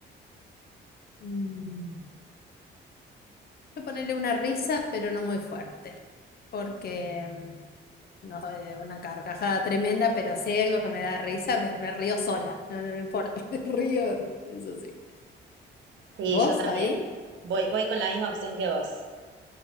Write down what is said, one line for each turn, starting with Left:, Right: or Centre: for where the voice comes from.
Left: Mm, Yo ponerle una risa, pero no muy fuerte, porque mm, no soy de una carcajada tremenda, pero si hay algo que me da risa, me, me río sola, no, no me importa, <laughs> me río, eso sí.
Right: Sí,
Left: ¿Vos
Right: yo también.
Left: ahí?
Right: Voy, voy con la misma opción que vos.